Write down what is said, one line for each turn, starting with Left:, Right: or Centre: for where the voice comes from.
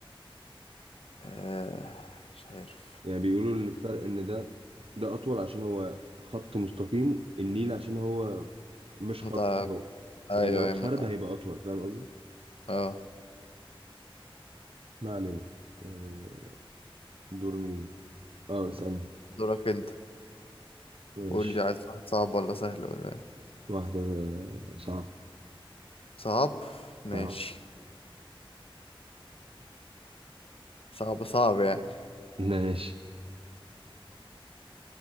Left: آه مش عارف
Right: يعني بيقولوا ان الفرق ان ده ده اطول عشان هو خط مستقيم النيل عشان هو مش
Left: متعب
Right: خط هو
Left: ايوه
Right: يعني لو
Left: ايوه
Right: اتفرد
Left: متعب
Right: هيبقى اطول فاهم قصدي
Left: اه
Right: ما علينا آه، دور مين اه اسألني
Left: دورك انت
Right: ماشي
Left: قول لي عايز واحد صعب ولا سهل ولا ايه
Right: واحدة صعب
Left: صعب ماشي
Right: صعب
Left: صعب صعب يعني
Right: ماشي